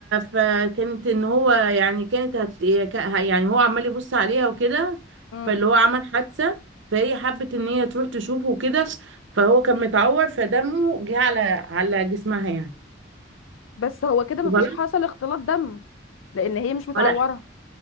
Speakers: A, on the right; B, on the left.
A: فكانت ان هو يعني كانت هت... ك- يعني هو عمال يبص عليها وكده
B: امم
A: فاللي هو عمل حادثة فهي حبت ان هي تروح تشوفه وكده فهو كان متعور فدمه جه على على جسمها يعني
B: بس هو كده مفيش
A: غلط
B: حصل اختلاط دم لان هي مش متعوره
A: لا